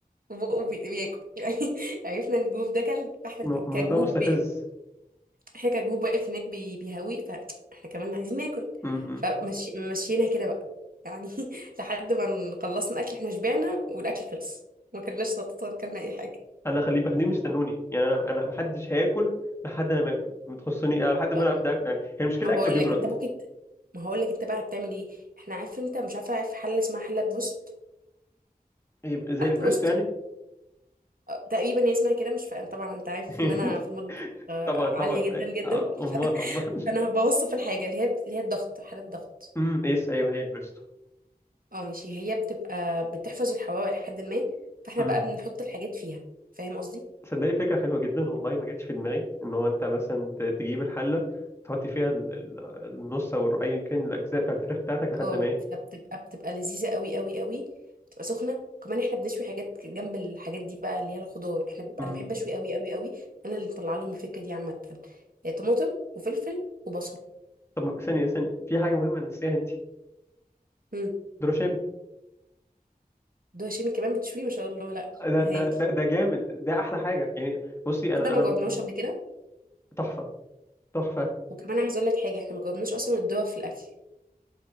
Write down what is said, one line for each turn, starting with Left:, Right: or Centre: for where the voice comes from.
Right: وبقه بي- بياكل <laughs> يعني عرفنا ان الجروب ده كل فاحنا
Left: م- موضوع
Right: كجروب
Left: مستفز
Right: احنا كجروب واقف هناك بي- بيهوي فاحنا كمان عايزين ناكل
Left: امم
Right: فمشيناها كده بقى يعني <laughs> لحد ما ن- خلصنا اكل احنا شبعنا والاكل خلص ما كلناش سلطات ولا كلنا اي حاجه
Left: انا خليه خليهم يستنوني يعني انا انا محدش هياكل لحد انا ما اكل ما تخصني انا لحد ما
Right: أه،
Left: انا ابدا اكل يعني هي المشكله
Right: ما بقول
Left: اكل بيبرد
Right: لك انت ممكن ت- ما هقول لك انت بقى بتعمل ايه احنا عارف انت مش عارفه عارف حله اسمها حله بوست
Left: يبقى زي
Right: حله
Left: البريستو
Right: بوست
Left: يعني
Right: دي أه، تقريبا هي اسمها كده مش فاهم طبعا انت عارف
Left: <laughs>
Right: ان انا في المطبخ آه،
Left: طبعا طبعا
Right: عاليه جدا جدا
Left: آه، امال
Right: <laughs>
Left: امال
Right: فانا بوصف الحاجه اللي هي اللي هي الضغط حاله الضغط
Left: امم يس ايوه هي البريستو
Right: اه ماشي هي بتبقى بتحفظ الحواوي لحد ما فاحنا
Left: امم
Right: بقى بنحط الحاجات فيها فاهم قصدي
Left: صدقني فكره حلوه جدا والله ما جاتش في دماغي ان هو انت مثلا ت- تجيب الحله تحط فيها ال- ال- النص او الر- ايا كان الاجزاء بتاع الفراخ بتاعتك لحد
Right: اه
Left: ما ايه
Right: فبتبقى بتبقى لذيذة قوي قوي قوي بتبقى سخنة كمان احنا بنشوي حاجات جنب الحاجات دي بقى اللي هي الخضار احنا ب-
Left: امم
Right: انا بحب اشوي قوي قوي قوي انا اللي مطلعه لهم الفكرة دي عامة يعني طماطم وفلفل وبصل
Left: طب ما- ثانيه ثانيه في حاجه مهمه نسيها انت
Right: امم
Left: دروشيم
Right: دول هشامي كمان بتشوي ما شاء الله لا
Left: ده
Right: هايل
Left: ده ده ده جامد ده احلى حاجه يعني بصي انا
Right: ده ما
Left: انا
Right: جاوبناهوش
Left: ما
Right: قبل كده
Left: تحفة تحفة
Right: وكمان عايز اقول لك حاجة احنا ما جاوبناش اصلا الدوا في الاكل